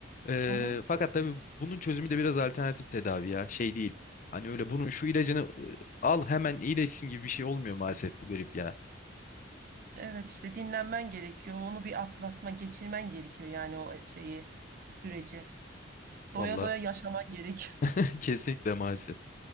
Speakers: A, on the left (about 45°); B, on the right (about 50°).
A: eee,
B: Hı hı.
A: fakat tabii bunun çözümü de biraz alternatif tedavi ya. Şey değil. Hani öyle bunun şu ilacını e, al hemen iyileşsin gibi bir şey olmuyor maalesef bu grip ya.
B: Evet işte dinlenmen gerekiyor. Onu bir atlatma, geçirmen gerekiyor yani o e, şeyi, süreci.
A: Valla
B: Doya doya yaşaman gerekiyor. <laughs>
A: <laughs> kesinlikle maalesef.